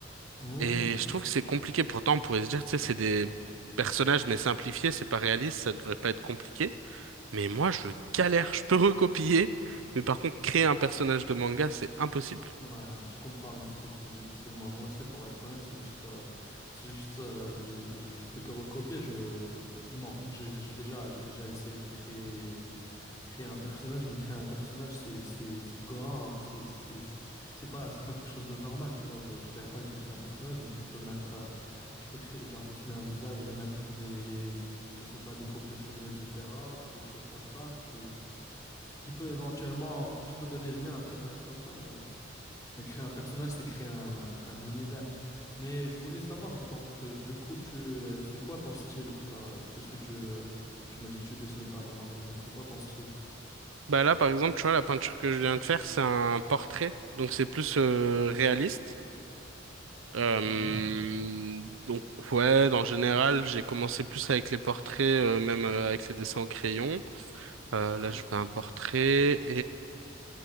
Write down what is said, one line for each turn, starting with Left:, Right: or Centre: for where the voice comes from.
Left: Hmm.
Right: Et je trouve que c'est compliqué. Pourtant, on pourrait se dire, tu sais, c'est des personnages, mais simplifiés, c'est pas réaliste, ça devrait pas être compliqué. Mais moi, je galère. Je peux recopier, mais par contre, créer un personnage de manga, c'est impossible.
Left: Ouais, je comprends, non, c'est beaucoup plus difficile. Moi, moi aussi, pour être honnête, c'est juste, euh, c'est juste, euh, je, je je fais que recopier. Je, non, j'ai j'ai déjà, j'ai déjà essayé de créer Créer un personnage, mais créer un personnage, c'est c'est- c'est grand, hein, c'est c'est- c'est- c'est pas, c'est pas quelque chose de normal, tu vois. Je, je dirais pas que j'ai créé un personnage, mais tu peux mettre, euh, tu peux créer, genre dessiner un visage et mettre des, je sais pas, des coupes de cheveux différentes ou quelque chose comme ça, qui, qui peut éventuellement, tu peux donner vie à un personnage comme ça, mais, mais créer un personnage, c'est créer un, un univers. Mais je voulais savoir, donc, euh, du coup, tu, euh, c'est quoi ton style, quand- puisque tu, euh, tu m'as dit que tu dessinais pas vraiment de manga, c'est quoi ton style?
Right: Bah là, par exemple, tu vois, la peinture que je viens de faire, c'est un portrait, donc c'est plus euh, réaliste. Euh,
Left: Mm-hmm.
Right: donc ouais, en général, j'ai commencé plus avec les portraits, euh, même euh, avec les dessins au crayon. Euh, là,
Left: Ah,
Right: je
Left: ok.
Right: fais un portrait